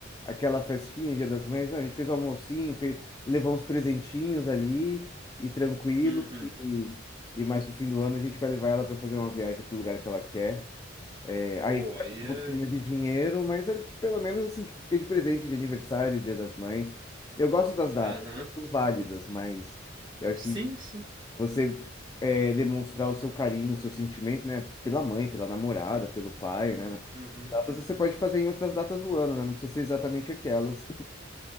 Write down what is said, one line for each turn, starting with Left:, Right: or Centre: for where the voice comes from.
Left: aquela festinha, Dia das Mães. Não, a gente fez o almocinho, fez, levou uns presentinhos ali e tranquilo.
Right: uhum.
Left: E mais pro fim do ano a gente vai levar ela para fazer uma viagem pro lugar que ela quer. É, aí
Right: Pô,
Left: vai
Right: aí
Left: gastar um
Right: é.
Left: pouquinho mais de dinheiro, mas ele- pelo menos assim, tipo, fica de presente de aniversário, Dia das Mães. Eu gosto das datas,
Right: Aham.
Left: elas são válidas, mas eu acho
Right: Sim,
Left: que
Right: sim.
Left: você é, demonstrar o seu carinho, o seu sentimento, né, pela mãe, pela namorada, pelo pai, né?
Right: Uhum.
Left: Datas você pode fazer em outras datas do ano, né? Não precisa ser exatamente aquelas. <laughs>